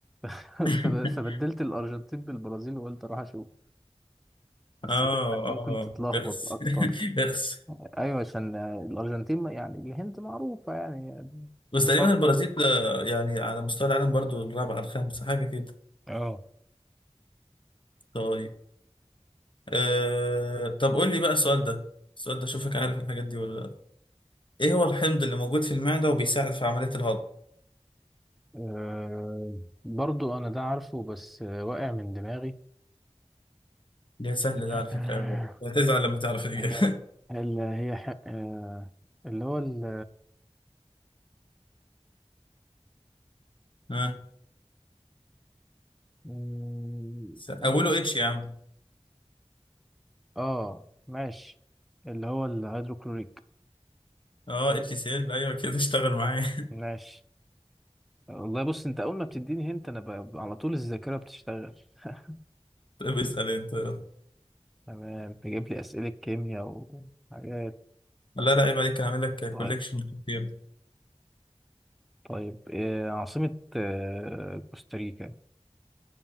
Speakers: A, in the centre; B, on the left.
A: <laughs>
B: <laughs>
A: فب- فبدلت الارجنتين بالبرازيل وقلت اروح اشوف حسيت
B: اه
A: انك ممكن
B: اه
A: تتلخبط
B: اخس
A: اكتر
B: <laughs> اخس
A: ايوه عشان الارجنتين ما- يعني الهند معروفه يعني
B: بس
A: مقر
B: تقريبا البرازيل آه، يعني على مستوى العالم برضو الرابعة الخامسة حاجة كده
A: اه
B: طيب آه طب قول لي بقى السؤال ده السؤال ده شوفك عارف الحاجات دي ولا لا ايه هو الحمض اللي موجود في المعدة وبيساعد في عملية الهضم
A: أه برضو انا ده عارفه بس آه، واقع من دماغي
B: ده سهل
A: <laughs>
B: ده على فكرة
A: آه،
B: أوي بقى. هتزعل لما تعرف الإجابة
A: هي
B: <laughs>
A: ال- هي ح- آه، اللي هو ال
B: ها
A: مم،
B: س- أوله
A: خمس-
B: اتش يا عم
A: اه ماشي اللي هو الهيدروكلوريك
B: اه اتش سي ال أيوه كده اشتغل معايا
A: ماشي والله بص انت اول ما بتديني هنت انا ب- ب- على طول الذاكره بتشتغل <laughs>
B: طب اسأل انت يلا.
A: تمام تجيب لي اسئله كيمياء وحاجات
B: لا لا عيب عليك هعمل لك
A: طيب
B: كوليكشن كتير
A: طيب آه، عاصمة آه، كوستاريكا